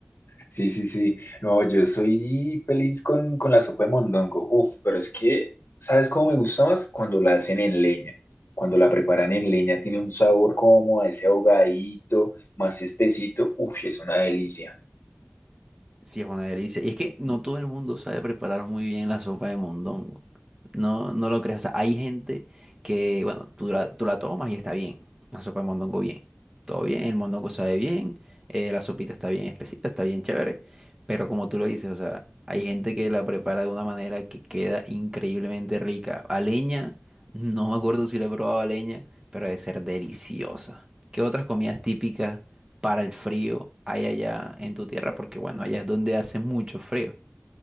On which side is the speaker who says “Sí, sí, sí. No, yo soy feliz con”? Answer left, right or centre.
Left